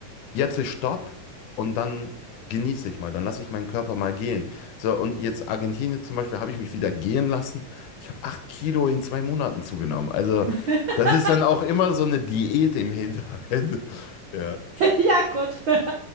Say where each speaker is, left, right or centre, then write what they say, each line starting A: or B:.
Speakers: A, on the left; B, on the right.
A: jetzt ist Stopp und dann genieße ich mal, dann lasse ich meinen Körper mal gehen. So, und jetzt Argentinien zum Beispiel habe ich mich wieder gehen lassen. Ich habe acht Kilo in zwei Monaten zugenommen. Also,
B: <laughs>
A: das ist dann auch immer so eine Diät im Hinterhalt. <laughs> Ja,
B: ja, gut. <laughs>